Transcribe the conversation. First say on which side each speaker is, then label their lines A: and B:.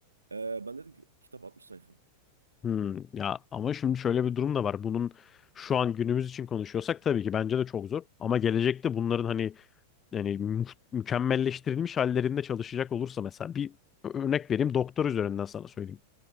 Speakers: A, on the right; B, on the left.
A: Ee, ben dedim ki kitap 60 sayfa.
B: Hmm, ya ama şimdi şöyle bir durum da var. Bunun şu an günümüz için konuşuyorsak tabii ki bence de çok zor. Ama gelecekte bunların hani yani mü- mükemmelleştirilmiş hallerinde çalışacak olursa mesela bir örnek vereyim doktor üzerinden sana söyleyeyim.